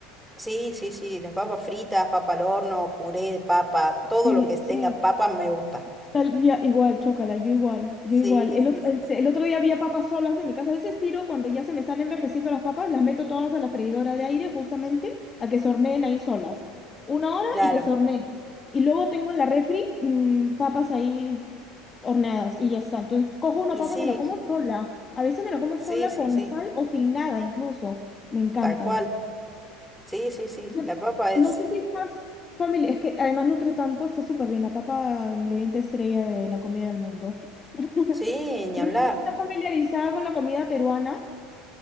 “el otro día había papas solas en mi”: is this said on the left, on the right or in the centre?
Left